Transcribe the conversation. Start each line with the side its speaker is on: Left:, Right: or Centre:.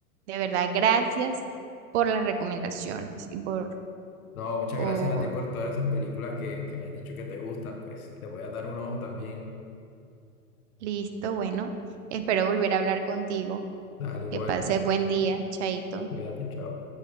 Right: De verdad, gracias por las recomendaciones y por,
Left: No, muchas
Right: por...
Left: gracias a ti por todas esas películas que, que me has dicho que te gustan, pues le voy a dar un ojo también.
Right: Listo, bueno, espero volver a hablar contigo.
Left: Dale, igual,
Right: Que pases buen día, Chaito.
Left: cuídate, chao.